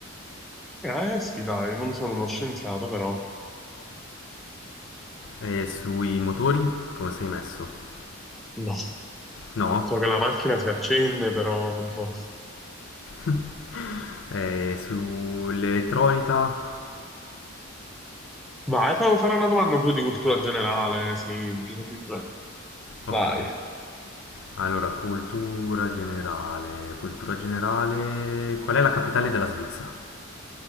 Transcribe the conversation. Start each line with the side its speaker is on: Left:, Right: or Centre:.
Centre: Eh sì, dai, non sono uno scienziato, però
Left: e sui motori? Come sei messo?
Centre: no.
Left: No?
Centre: So che la macchina si accende, però non so.
Left: <laughs> E sull'elettronica?
Centre: Vai, fa- farò una domanda un po' di cultura generale, sì, figurati. Dai.
Left: Ok. Allora, cultura generale. Cultura generale. Qual è la capitale della Svizzera?